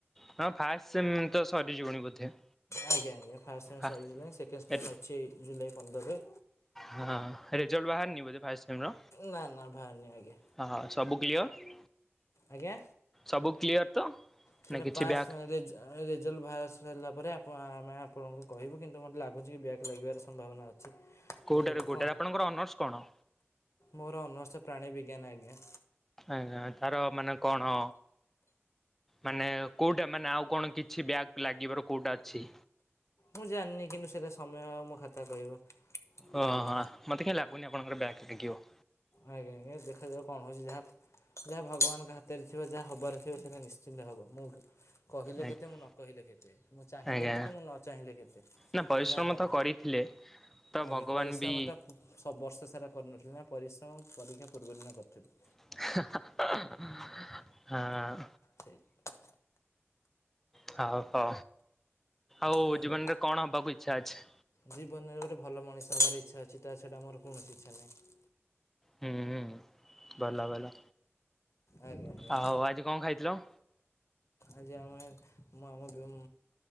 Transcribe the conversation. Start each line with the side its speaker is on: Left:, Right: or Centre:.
Centre: ତମ ଫାଷ୍ଟ ତ ସେମ ସରି ଯିବଣି ବୋଧେ?
Left: ଆଜ୍ଞା! ଆଜ୍ଞା! ଫାଷ୍ଟ ସେମ
Centre: ଫା
Left: ସରିଗଲାଣି ସେକେଣ୍ଡ
Centre: ଏରେ
Left: ସେମ ଅଛି ଏଇ ଜୁଲାଇ ପନ୍ଦରରେ।
Centre: ହଁ ରେଜଲ୍ଟ ବାହାରିନି ବଧେ ଫାଷ୍ଟ ସେମ ର
Left: ନା ନା ବାହାରିନି ଆଜ୍ଞା
Centre: ହଁ ହଁ ସବୁ କ୍ଲିଅର।
Left: ଆଜ୍ଞା
Centre: ସବୁ କ୍ଲିଅର ତ।
Left: ସେଇଟା
Centre: ନା କିଛି
Left: ପାସ୍
Centre: ବ୍ୟାକ୍
Left: ରେଜ ରେଜଲ୍ଟ ବାହାରି ସାରିଲା ପରେ ଆମେ ଆପଣଙ୍କୁ କହିବୁ କିନ୍ତୁ ମତେ ଲାଗୁଛି କି ବ୍ୟାକ ଲାଗିବାର ସମ୍ଭାବନା ଅଛି।
Centre: କୋଉଟାରୁ
Left: ଦେଖାଯାଉ
Centre: କୋଉଟାରେ
Left: କ'ଣ
Centre: ଆପଣଙ୍କର ଅନର୍ସ କଣ?
Left: ମୋର ଅନର୍ସ ପ୍ରାଣୀ ବିଜ୍ଞାନ ଆଜ୍ଞା।
Centre: ଆଜ୍ଞା ତାର ମାନେ କଣ ମାନେ କୋଉଟା ମାନେ ଆଉ କଣ କିଛି ବ୍ୟାକ୍ ଲାଗିବାର କୋଉଟା ଅଛି?
Left: ମୁଁ ଜାଣନି କିନ୍ତୁ ସେଇଟା ସମୟ ଆଉ ମୋ ଖାତା କହିବ।
Centre: ଓହୋ!
Left: ଆଜ୍ଞା।
Centre: ମତେ କାଇଁ ଲାଗୁନି ଆପଣଙ୍କର ବ୍ୟାକ୍ ଲାଗିବ।
Left: ଆଜ୍ଞା! ଆଜ୍ଞା! ଦେଖାଯାଉ କଣ ହଉଛି ଯାହା ଯାହା ଭଗବାନଙ୍କ ହାତରେ ଥିବ। ଯାହା ହବାରଥିବ ସେଇଟା ନିଶ୍ଚିନ୍ତ ହେବ ମୁଁ କହିଲେ
Centre: ଆଜ୍ଞା।
Left: କେତେ ମୁଁ ନ କହିଲେ କେତେ, ମୁଁ ଚାହିଁଲେ
Centre: ଆଜ୍ଞା
Left: କେତେ ମୁଁ ନ ଚାହିଁଲେ କେତେ,
Centre: ନା ପରିଶ୍ରମ
Left: ଯାହା ହବ।
Centre: ତ କରିଥିଲେ ତ
Left: ଆଜ୍ଞା
Centre: ଭଗବାନ
Left: ପରିଶ୍ରମ
Centre: ବି
Left: ତ ସବୁ ବର୍ଷ ସାରା କରିନଥିଲି ନା ପରିଶ୍ର ପରୀକ୍ଷା ପୂର୍ବଦିନ କରିଥିଲୁ।
Centre: ହଁ।
Left: ଠିକ।
Centre: ହଉ ହଉ ଆଉ
Left: କୁହନ୍ତୁ
Centre: ଜୀବନ ରେ କଣ ହବାକୁ ଇଚ୍ଛା ଅଛି?
Left: ଜୀବନରେ ଗୋଟେ ଭଲ ମଣିଷ ହେବାର ଇଚ୍ଛା ଅଛି ତାଛଡ଼ା ମୋର କୌଣସି ଇଚ୍ଛା ନାହିଁ।
Centre: ହୁଁ ହୁଁ। ଭଲ ଭଲ
Left: ଆଜ୍ଞା ଆଜ୍ଞା
Centre: ଆଉ ଆଜି କଣ ଖାଇଥିଲ?
Left: ଆଜି ଆମେ ମୁଁ ଆମ ବ୍ୟୋମ୍